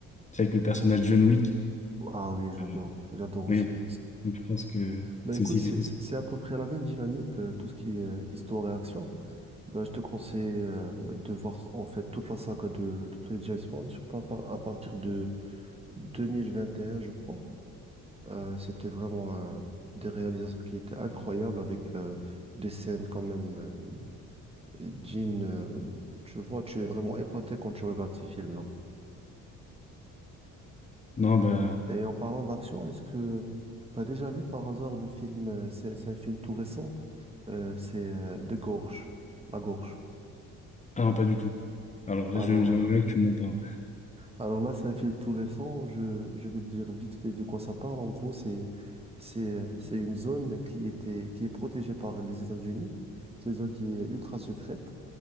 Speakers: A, on the left; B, on the right.
A: tu sais, avec le personnage John Wick.
B: Ah oui, j'adore,
A: Euh,
B: j'adore aussi.
A: Oui, donc je pense que
B: Bah
A: c'est
B: écoute,
A: aussi
B: c'est
A: quelque chose.
B: c'est- c'est à peu près la même dynamique, euh, tout ce qui est euh, histoire et action. Bah, je te conseille euh, de voir en fait toute la saga de, de tous les James Bond, surtout à, par- à partir de 2021, je crois. Euh, c'était vraiment euh, des réalisations qui étaient incroyables avec euh, des scènes quand même. euh, Jean, euh, tu vois, tu es vraiment épaté quand tu regardes ces films-là.
A: Non bah
B: En- Et en parlant d'action, est-ce que tu as déjà vu par hasard le film, euh, c'est c'est un film tout récent? Euh, c'est euh, De Gorge, La Gorge.
A: ah non pas du tout. Alors là
B: Alors,
A: je j'aimerais bien que tu m'en parles.
B: alors là, c'est un film tout récent. Je, je vais dire vite fait de quoi ça parle. En gros, c'est, c'est, euh, c'est une zone qui était, qui est protégée par les États-Unis. C'est une zone qui est ultra secrète.